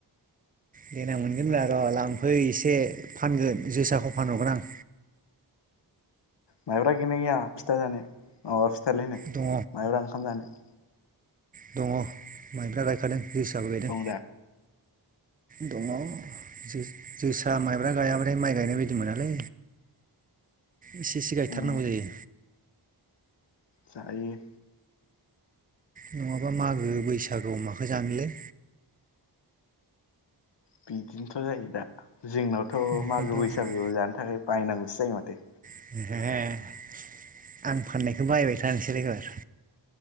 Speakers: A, on the right; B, on the left.
A: देेनां मोनगोनब्रा र' लांफै एसे फानगोन जोसाखौ फानहरगोन आं।
B: माइब्रा गैगोना गैया फिथा जानो माबा फिथालायनो
A: दङ
B: माइब्रा ओंखाम जानो।
A: दङ माइब्रा गायखादों जोसाबो गायदों
B: दं दा
A: दङ। जो-जोसा माइब्रा गायाबाथाय माइ गायनाय बायदि मोनालै। इसे एसे गायथारनांगौ
B: उम
A: जायो।
B: जायो।
A: नङाबा मागो बैसागु माखो जानोलै?
B: बिदिनोथ' जायो दा जोंनावथ'
A: ओंखायनोथ'
B: मागो बैसागु जानो थाखाय बायनांगौसो जायो माथो।
A: <unintelligible> आं फाननायखौ बायबाय था नोंसोर एबार